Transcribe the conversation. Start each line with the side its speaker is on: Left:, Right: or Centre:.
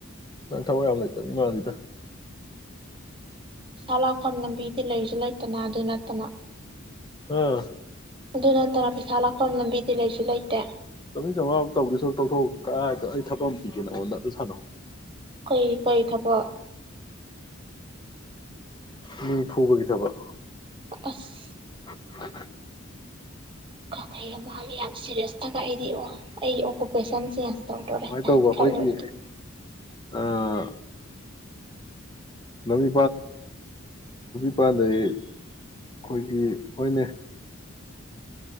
Left: ꯅꯪ ꯊꯕꯛ ꯌꯥꯝ ꯂꯩꯇꯕ ꯃꯤꯃꯥꯜꯂꯤꯗ
Right: ꯄꯩꯁꯥ ꯂꯥꯛꯐꯝ ꯂꯝꯕꯤ ꯗꯤ ꯂꯩꯁꯨ ꯂꯩꯇꯅ ꯑꯗꯨ ꯅꯠꯇꯅ
Left: ꯑꯥ
Right: ꯑꯗꯨ ꯅꯠꯇꯅ ꯄꯩꯁꯥ ꯂꯥꯛꯐꯝ ꯂꯝꯕꯤꯗꯤ ꯂꯩꯁꯨ ꯂꯩꯇꯦ
Left: ꯆꯝꯃꯤ ꯆꯧꯉꯥ ꯇꯧꯗꯣꯏ ꯁꯔꯨꯛ ꯇꯣꯛꯊꯣꯛꯎ ꯀꯥꯏꯗꯣ ꯑꯩ ꯊꯛ ꯑꯃ ꯄꯤꯒꯦ ꯅꯉꯣꯟꯗ ꯑꯗꯨ ꯁꯥꯟꯅꯣ
Right: ꯀꯩ ꯀꯩ ꯊꯕꯛ
Left: ꯃꯤ ꯐꯨꯕꯒꯤ ꯊꯕꯛ
Right: ꯑꯁ
Left: <inaudible>
Right: <inaudible> ꯑꯩ ꯑꯣꯀꯨꯄꯦꯁꯟ ꯆꯦꯟꯖ ꯇꯧꯗꯣꯔꯦ
Left: ꯁꯨꯃꯥꯏꯅ
Right: ꯀꯥꯏꯅ
Left: ꯇꯧꯕ ꯑꯩꯈꯣꯏꯒꯤ
Right: ꯈꯜꯂꯨꯔꯒ
Left: ꯑꯥ ꯂꯝꯕꯤ ꯄꯥꯟꯒ ꯑꯩꯈꯣꯏꯒꯤ ꯍꯣꯏꯅꯦ